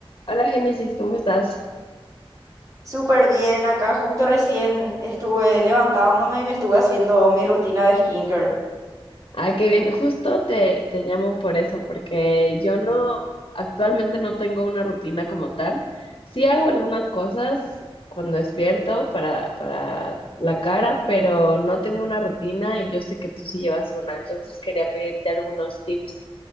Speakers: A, on the left (about 60°); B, on the right (about 35°).
A: Hola Génesis, ¿cómo estás?
B: Súper bien, acá justo recién estuve levantándome y me estuve haciendo mi rutina de skincare.
A: Ah, qué bien. Justo te, te llamo por eso, porque yo no, actualmente no tengo una rutina como tal. Sí hago algunas cosas cuando despierto para, para la cara, pero no tengo una rutina y yo sé que tú sí llevas una, entonces quería pedirte algunos tips